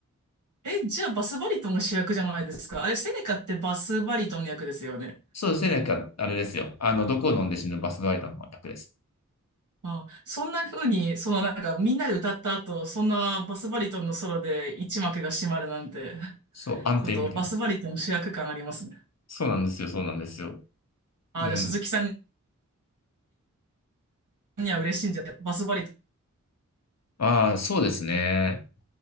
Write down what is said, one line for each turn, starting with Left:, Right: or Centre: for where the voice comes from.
Right: え、じゃあバスバリトンが主役じゃないですか。あれ、セネカってバスバリトンの役ですよね。
Left: そうですね、なんか、あれですよ。あの、毒を飲んで死ぬバスガイドの方が楽です。
Right: あ、そんな風に、そのなんかみんなで歌った後、そんなバスバリトンのソロで一幕が閉まるなんて、
Left: そう、暗転みたいな。
Right: ちょっとバスバリトン主役感ありますね。
Left: そうなんですよ、そうなんですよ。
Right: あ、
Left: うん。
Right: じゃあ鈴木さんには嬉しいんじゃないバスバリト
Left: ああ、そうですね。